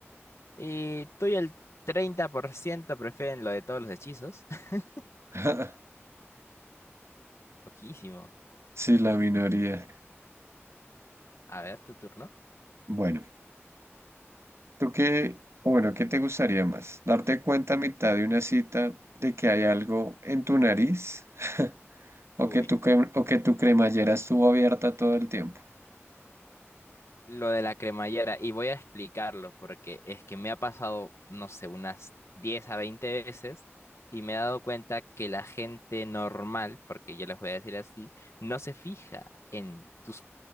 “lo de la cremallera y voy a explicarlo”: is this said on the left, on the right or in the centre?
Left